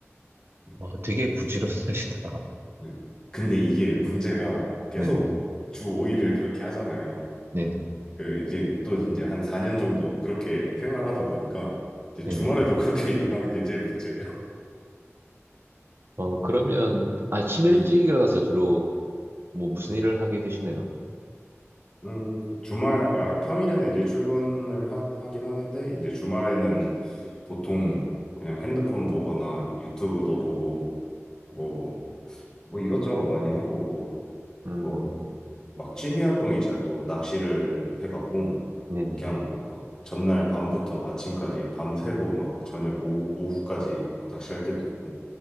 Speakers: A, on the left; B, on the right.
A: 음.
B: 어, 되게 부지런하시다.
A: 네. 근데 이게 문제가 계속
B: 네
A: 주 5일을 그렇게 하잖아요.
B: 네네.
A: 그 이제 또 이제 한 4년 정도 그렇게 생활하다 보니까 이제
B: 네네.
A: 주말에도 그렇게 <laughs> 일어나는 게 제일 문제예요.
B: 어, 그러면 아침 일찍
A: 음,
B: 일어나서 주로 뭐 무슨 일을 하게 되시나요?
A: 음, 주말, 아, 평일에는 이제 출근을 하, 하긴 하는데, 이제 주말에는 보통 그냥 핸드폰 보거나 유튜브도 보고, 뭐, 뭐 이것저것 많이 하고, 뭐,
B: 음,
A: 뭐 막 취미 활동이 제가 또 낚시를 해갖고
B: 네네.
A: 그냥 막 전날 밤부터 아침까지 밤새고 막 저녁 오후, 오후까지 막 낚시할 때도 있고